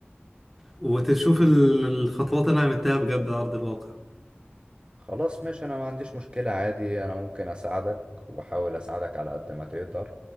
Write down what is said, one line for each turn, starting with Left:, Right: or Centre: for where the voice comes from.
Centre: وتشوف ال- الخطوات اللي انا عملتها بجد على ارض الواقع
Right: خلاص ماشي انا ما عنديش مشكلة عادي انا ممكن اساعدك واحاول اساعدك على قد ما تقدر